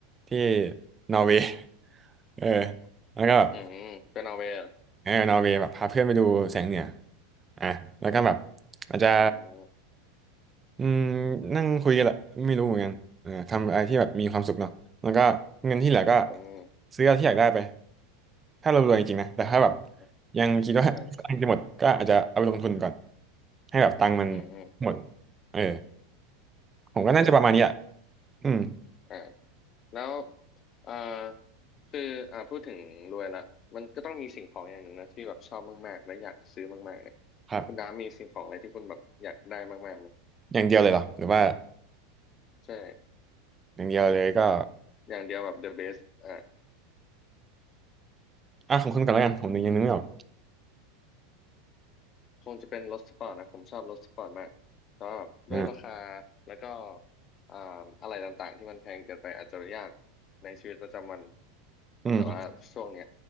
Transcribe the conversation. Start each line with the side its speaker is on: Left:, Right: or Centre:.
Right: ที่นอร์เวย์ <laughs> เออแล้วก็แบบ
Left: อืมเป็นนอร์เวย์เหรอ
Right: เออนอร์เวย์แบบพาเพื่อนไปดูแสงเหนืออ่ะแล้วก็แบบอาจจะ
Left: อืม
Right: อืมนั่งคุยกันแหละไม่รู้เหมือนกันเออทำอะไรที่แบบมีความสุขเนาะแล้วก็เงินที่เหลือก็
Left: อืม
Right: ซื้อเอาที่อยากได้ไปถ้าเรารวยจริงๆนะแต่ถ้าแบบ
Left: อืม
Right: ยังคิดว่า
Left: ใช่ใช่
Right: <laughs> กำลังจะหมดก็อาจจะเอาไปลงทุนก่อนให้แบบตังค์มัน
Left: อืมอืม
Right: หมดเออผมก็น่าจะประมาณนี้แหละอืม
Left: อ่าแล้วเอ่อคืออ่าพูดถึงรวยละมันก็ต้องมีสิ่งของอย่างหนึ่งนะที่แบบชอบมากๆและอยากซื้อมากๆเนี่ย
Right: ครับ
Left: คุณดามีสิ่งของอะไรที่คุณแบบอยากได้มากๆไหม
Right: อย่างเดียวเลยเหรอหรือว่า
Left: ใช่
Right: อย่างเดียวเลยก็
Left: อย่างเดียวแบบ the best อ่า
Right: อ่ะของคุณก่อนแล้วกันผมยังนึกไม่ออก
Left: คงจะเป็นรถสปอร์ตนะผมชอบรถสปอร์ตมากแต่ว่าด้วยราคา
Right: อ่า
Left: แล้วก็อ่าอะไรต่างๆที่มันแพงเกินไปอาจจะยากในชีวิตประจำวัน
Right: อืม
Left: แบบว่าช่วงเนี้ย